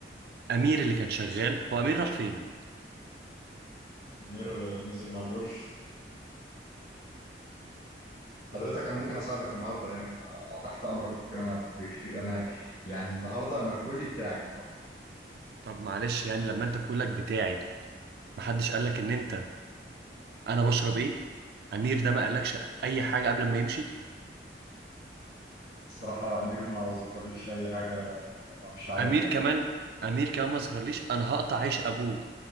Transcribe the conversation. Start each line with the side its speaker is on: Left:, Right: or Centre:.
Right: امير اللي كان شغال هو امير راح فين
Left: منير آه، نزل مع جورج حضرتك انا ممكن اساعدك النهارده يعني انا انا تحت امرك انا انا يعني النهارده انا كلي بتاعك النهارده
Right: طب معلش يعني لما انت كلك بتاعي محدش قالك ان انت انا بشرب ايه امير ده ما قالكش اي حاجة قبل ما يمشي
Left: الصراحة أمير ما ذكرليش أي حاجة أنا مش عارفها
Right: امير كمان
Left: يعني
Right: امير كمان ما ظهرليش انا هقطع عيش ابوه